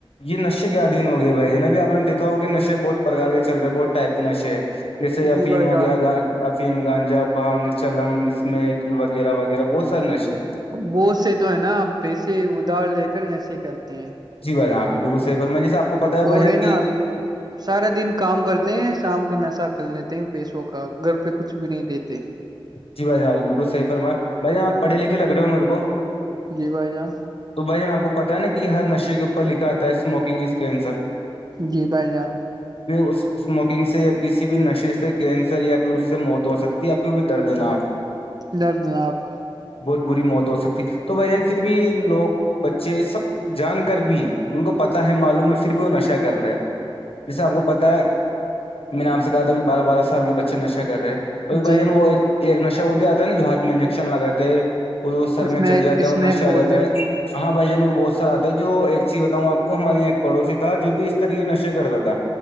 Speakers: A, on the left (about 80°); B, on the right (about 45°).
A: یہ نشے کے ادھیین ہو گئے بھائی ج نب بھی آپ نے دیکھا ہو کہ نشے بہت پرکار کے چل رہے بہت ٹائپ کے نشے ہیں جیسے
B: جی
A: فیم
B: بھائی
A: ہو
B: جان
A: گیا گ افیم گانجا بھانگ چلم اسمیک وغیرہ وغیرہ بہت سارے نشے ہیں
B: وہ سے تو ہے نا پیسے ادھار لے کر نشے کرتے ہیں
A: جی بائی آپ بالکلح فرمائیے آپ کو پتا بھائی
B: اور
A: جان
B: ہے نا
A: کی
B: سارا دن کام کرتے ہیں شام کو نشہ لیتے ہیں پیسوں کا گھر پہ کچھ بھی نہیں دیتے
A: جی بھائی جاں بالکلح فرم ہے بھائی آپ پڑے لکھے لگے ہو میرے کو
B: جی بھائی جان
A: تو بھائی جان آپ کو پتا ہے نا کہ ہر نشے کے اوپر لکھا آتا ہے اسموکنگ اس کینسر
B: جی بھائی جان
A: پھر اس اسموکنگ سے یا کسی بھی نشے سے کینسر یا پھر اس سے موت ہو سکتی ہے اب کو بھی دردناک
B: دردناک
A: بہت بری موت ہو سکتی تو بھائی جان پھر بھی لوگ بچے سب جان کر بھی ان کو پتاہ ہے معلوم میں پھر بھی وہ نشہ کر رہے جیسے آپ کو پتہ ہے میں نے آپ سے کہا تھا بارہ بارہ سال کے بچے نشے کر رہے ابھی بھائی
B: جی
A: وہ ایک نشہ وہ بھی آتا ہے نا جو ہاتھ میں انجیکشن لگاتے ہیں وہ وہ سر
B: اس
A: میں چڑھ
B: ایک
A: جاتا
B: اس
A: ہے اور نشہ
B: میں ایک
A: آ
B: بولتے
A: جاتا
B: ہیں
A: ہے
B: اسے
A: ہاں بھائی جان وہ بہت سارا تھا جو ایک چیز بتاؤں آپ کو ہماری یہاں پڑوسی تھا جو بھی تری یہ نشے کرتا تھا